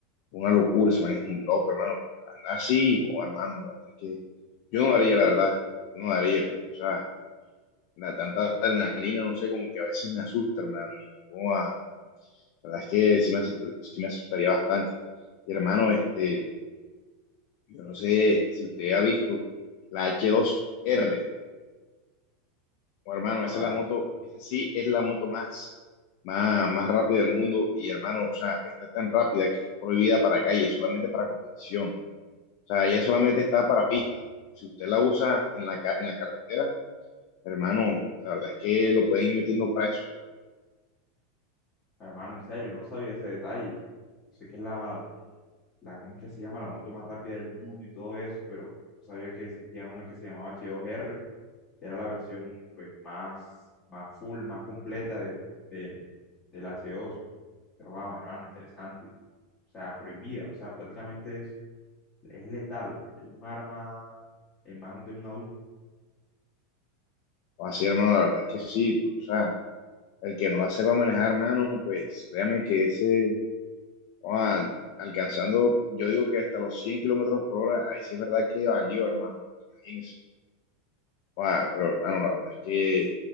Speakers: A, on the left; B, on the left.
A: una locura, ese man es muy loco, hermano, para andar así, oh, hermano, la verdad es que yo no daría, la verdad, yo no daría, porque, o sea, la tanta adrenalina, no sé, como que a veces me asusta, hermano, y como a- la verdad es que sí me, asust- sí me asustaría bastante. Y hermano, este, yo no sé si usted ha visto la h dos r o hermano,
B: Joda,
A: esa es la moto, esa sí es la moto más más, más rápida del mundo. Y hermano, o sea, está tan rápida que es prohibida para calle, solamente para competición. O sea, ella solamente está para pista. Si usted la usa en la, ca- en la carretera, hermano, la verdad es que lo pueden ir metiendo preso, hermano.
B: hermano, en serio, no sabía ese detalle. Sé que es la, la, ¿cómo es que se llama? La moto más rápida del mundo y todo eso, pero sabía que existía una que se llamaba h dos r que era la versión pues más, más full, más completa de, de- del h dos Pero wow, hermano, interesante. O sea, prohibida, o sea, prácticamente es, es letal, es un arma en manos de un adulto.
A: O así, hermano, la verdad es que sí. porque, o sea, el que no la sepa manejar, hermano, pues créame que ese, ah, alcanzando, yo digo que hasta los 100 kilómetros por hora, ahí sí es verdad que valió, hermano, porque imagínese. Ah, pero hermano, la verdad es que,